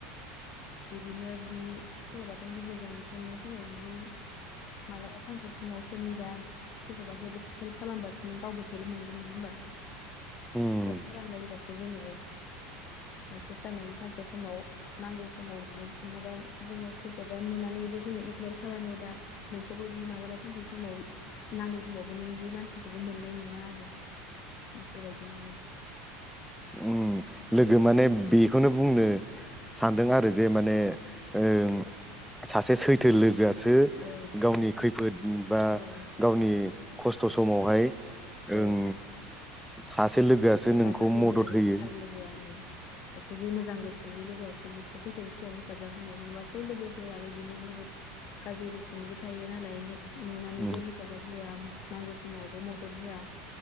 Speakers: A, on the left; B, in the centre.
A: बिदिनो बि सल' बाथानि गेजेरजों बेखौनो फोरमायो दि मालाबा सानसे समाव सोरनिबा सोरखौबा हेब हेल्प खालामबासो नों गावबो हेल्प मोनगोन नङा होमबा
B: उम
A: हेल्प खालामलायोब्लासो जोङो सासे साननै सानसे समाव नांगौ समाव मोनो नङाबा जोङो सोरखौबा नुनानैबो जोङो इगनर खालामोबा नोंखौबो बि मालाबा सानसे समाव नांगौ समावबो नों बे मानसिखौबो मोननाय नोङा आरो बेफोरबायदि आरो
B: ओम लोगो माने बेखौनो बुंनो सानदों आरो जे माने ओं सासे सैथो लोगोआसो
A: औ
B: गावनि खैफोद बा
A: औ
B: गावनि खस्थ' समावहाय ओं
A: औ
B: सासे लोगोआसो
A: हेफाजाब
B: नोंखौ मदद
A: आरो
B: होयो
A: सार लोगोआ उम एकसुलि मोजां गोसोनि लोगो सो बेखौ खैफोदनि समाव हेफाजाब होयो नङाबाथ' लोगोफोर आरो बिदिनो बुहुत गाज्रि गोसोनिबो थायोना नायहेब नुनानैबो
B: उम
A: हेफाजाब होआ नांगौ समावबो मदद होआ